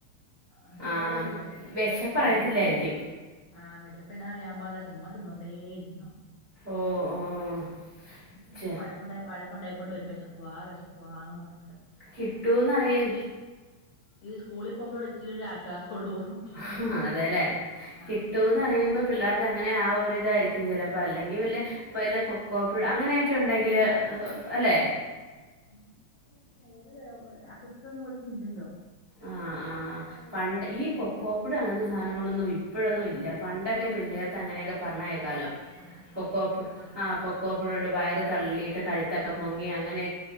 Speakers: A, on the left; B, on the right.
A: അത്
B: ആഹ്
A: വേറെ ഒരിത്
B: വെശപ്പറിയത്തില്ലായിരിക്കും
A: എന്തെങ്കിലൊക്കെ ആഹ് വെശപ്പിനെ അറിയാൻ പാടില്ല ചുമ്മ തിന്നോണ്ടേ ഇരിയ്ക്കണം
B: ഓഹ് ഓഹ്
A: ഉം ഉം
B: ച്ചെ
A: വഴ ക്കുണ്ടായി വഴക്കുണ്ടായിക്കൊണ്ട് വരും വെശക്കുവാ വെശക്കുവാന്നും പറഞ്ഞോണ്ട്
B: കിട്ടൂന്നറിയും
A: ഈ സ്കൂളിൽ പോകുമ്പോഴുള്ള ഇച്ചിരി ഒരു ആശ്വാസമുള്ളൂ
B: ആഹ് അതേലെ
A: ആ
B: കിട്ടൂന്ന് അറിയുമ്പം പിള്ളേർക്ക് അങ്ങനെ ആഹ് ഒര് ഇതായിരിക്കും ചെലപ്പം അല്ലെങ്കി വല്ല വല്ല കൊക്കോ പുഴു അങ്ങനെയൊക്കെ ഉണ്ടെങ്കില് അല്ലെ
A: അയ്ന് ചെലോൽക് വേറെ <unintelligible> ഒന്നും പറ്റൂലല്ലൊ
B: ആഹ് ആഹ് പണ്ട് ഈ കൊക്കോപുഴു അങ്ങനത്തെ സാധനങ്ങളൊന്നും ഇപ്പഴൊന്നും ഇല്ല പണ്ടൊക്കെ പിള്ളേർ ക്ക അങ്ങനൊയൊക്കെ പറഞ്ഞേ കേക്കാലോ
A: ആ ആ,
B: കൊക്കോപുഴു
A: തന്നെ. ആ.
B: ആഹ് കൊ കോ പുഴുണ്ട് വയറ് തള്ളീട്ട് കഴുത്തൊക്കെ പൊങ്ങി അങ്ങനെ